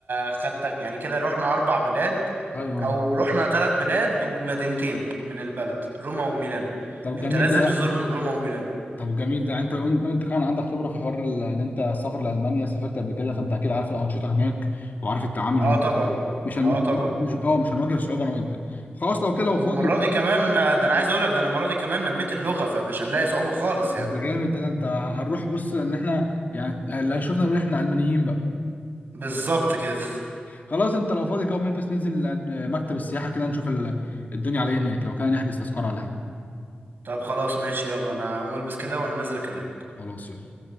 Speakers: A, on the right (about 70°); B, on the left (about 55°).
A: خدتك يعني كده رحنا أربع بلاد
B: ايوه
A: أو رحنا ثلاث بلاد ومدينتين من البلد روما وميلانو
B: طب
A: أنت
B: جميل
A: لازم
B: ده
A: تزور م- روما وميلانو
B: طب جميل ده انت لو لو انت كمان عندك خبره في حوار ال- ان انت السفر لالمانيا سافرت قبل كده فانت اكيد عارف الانشطه هناك وعارف التعامل
A: أه
B: هناك
A: طبعا
B: مش هن...
A: أه طبعا
B: مش اه مش هنواجه صعوبه انا وانت خلاص لو كده لو
A: والمرة
B: فاضي
A: دي كمان ده أنا عايز أقولك ده أنا المرة دي كمان نميت اللغة فمش هنلاقي صعوبة خالص يعني
B: طب ده جامد ده, ده انت هنروح بص ان احنا يعني اللي هيشوفنا يقول احنا المانيين بقى
A: بالظبط كده <laughs>
B: خلاص انت لو فاضي كده قوم البس ننزل مكتب السياحه كده نشوف ال- الدنيا عليه هناك لو كان نحجز تذكره على
A: طب خلاص ماشي يلا أنا هقوم ألبس كده وأنا نازل أكلمك
B: خلاص يلا